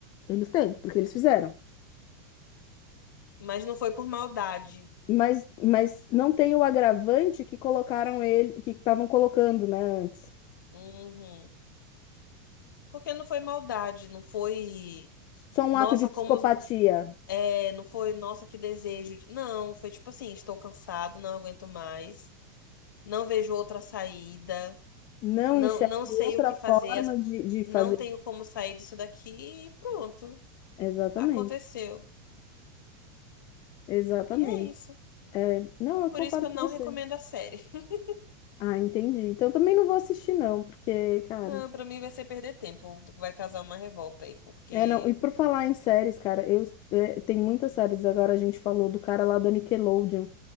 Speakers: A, on the left; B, on the left.
A: Eles têm, porque eles fizeram.
B: Mas não foi por maldade.
A: Mas, mas não tem o agravante que colocaram ele, que estavam colocando, né, antes.
B: Uhum. Porque não foi maldade, não foi.
A: Só um
B: Nossa,
A: ato de psicopatia.
B: como. os- É, não foi, nossa, que desejo. de-" Não, foi tipo assim, estou cansado, não aguento mais. não vejo outra saída,
A: Não
B: não,
A: enxerga
B: não sei
A: outra
B: o que
A: forma
B: fazer, as-
A: de, de fazer.
B: não tenho como sair disso daqui e pronto,
A: Exatamente.
B: aconteceu.
A: Exatamente.
B: E é isso.
A: É, Não,
B: É por
A: eu concordo
B: isso que eu
A: com
B: não
A: você.
B: recomendo a série. <laughs>
A: Ah, entendi. Então também não vou assistir, não, porque, cara.
B: Não, pra mim vai ser perder tempo, vai causar uma revolta aí, porque.
A: É, não. E por falar em séries, cara, eu é, tem muitas séries. Agora a gente falou do cara lá da Nickelodeon,